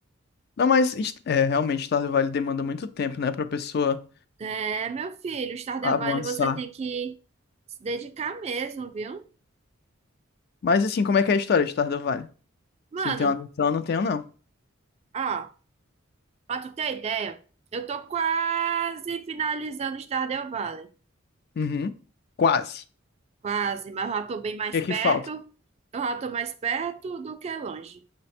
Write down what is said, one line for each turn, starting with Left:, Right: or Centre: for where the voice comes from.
Left: Não, mas est- é, realmente, Estado Vale demanda muito tempo, né, pra pessoa
Right: É, meu filho, Stardew
Left: avançar.
Right: Valley você tem que se dedicar mesmo, viu?
Left: Mas assim, como é que é a história de Estado Vale?
Right: Mano,
Left: Se tem uma noção, eu não tenho, não.
Right: ó, pra tu ter ideia, eu tô quase finalizando o Stardew Valley.
Left: Uhum. Quase.
Right: Quase, mas eu já tô bem
Left: O
Right: mais
Left: que é
Right: perto.
Left: que falta?
Right: Eu já tô mais perto do que longe.